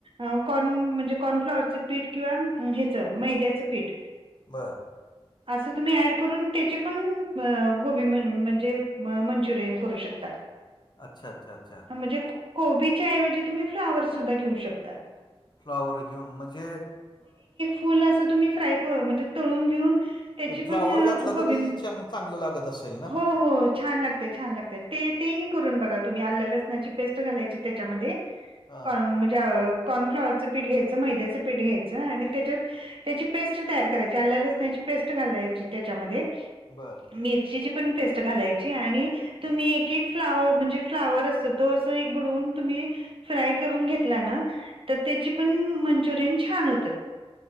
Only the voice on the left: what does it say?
बरं
अच्छा अच्छा अच्छा
फुलावर घेऊन म्हणजे
फ्लावर घातला
तरी चांग- चांगलं लागत असेल ना
हा
बरं